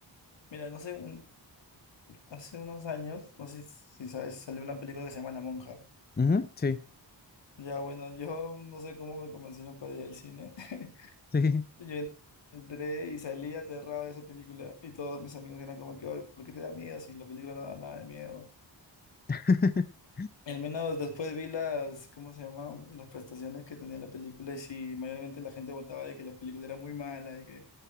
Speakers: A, on the left; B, on the left.
A: Mira, no sé, un- hace unos años, no sé si sabes, salió una película que se llama La Monja.
B: Ujú, sí,
A: Ya bueno, yo no sé cómo me convencieron para ir al cine. <laughs>
B: sí.
A: Yo entré y salí aterrado de esa película y todos mis amigos eran como que, "Oye, ¿por qué te da miedo si la película no da nada de miedo?
B: <laughs>
A: Al menos después vi las, ¿cómo se llama? Las prestaciones que tenía la película y sí mayormente la gente votaba de que la película era muy mala y que,